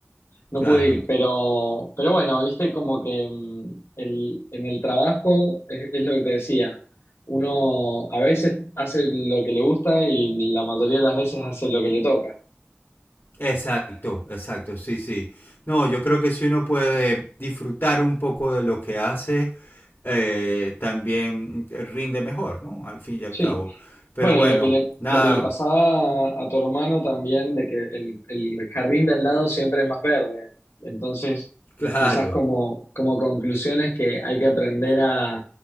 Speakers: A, on the left; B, on the left.
A: no
B: claro.
A: pude ir, pero, pero bueno, viste como que mm, el- en el trabajo es, es lo que te decía, uno a veces hace lo que le gusta y la mayoría de las veces hace lo que le toca.
B: Exacto, exacto, sí, sí. No, yo creo que si uno puede disfrutar un poco de lo que hace, eh, también rinde mejor, ¿no? Al fin y al
A: Sí.
B: cabo. Pero
A: Bueno,
B: bueno,
A: y lo que le,
B: nada,
A: lo que le pasaba a tu hermano también, de que el, el jardín de al lado siempre es más verde. Entonces,
B: Claro,
A: quizás como, como conclusión es que hay que aprender a,